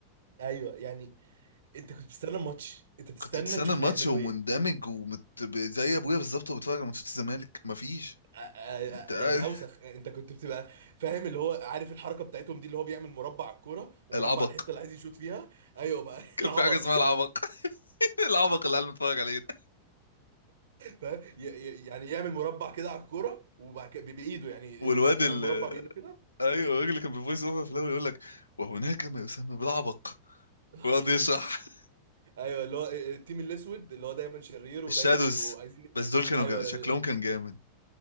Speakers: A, on the right; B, on the left.
A: ايوه يعني انت كنت بتستنى الماتش انت بتستنى
B: كنت بتستنى
A: تشوف
B: الماتش
A: هيعملوا
B: ومندمج
A: ايه
B: ومت... ب- زي ابويا بالظبط وبتفرج على ماتشات الزمالك مفيش
A: أ- أ-
B: انت قاعد-
A: أ- يعني اوسخ انت كنت بتبقى فاهم اللي هو عارف الحركه بتاعتهم دي اللي هو بيعمل مربع على الكوره ومربع
B: <laughs> العبق
A: على الحته اللي عايز يشوط فيها ايوه بقى <laughs>
B: كان
A: العبط
B: في حاجه اسمها العبق <laughs> العبق اللي قاعد متفرج عليه ده
A: فاهم ي- ي- يعني يعمل مربع كده على الكوره وبعد كده ب- بايده يعني
B: والواد
A: يعمل
B: ال
A: مربع بايده كده
B: ايوه الراجل اللي كان بيفويس اوفر في الاول يقول لك وهناك ما يسمى بالعبق
A: <laughs> بالعبط
B: ويقعد يشرح
A: ايوه اللي هو آه، التيم الاسود اللي هو دايما شرير ودايما
B: الشادوز
A: بيبقوا عايزين
B: بس دول كانوا
A: ايوه
B: جامد. شكلهم كان جامد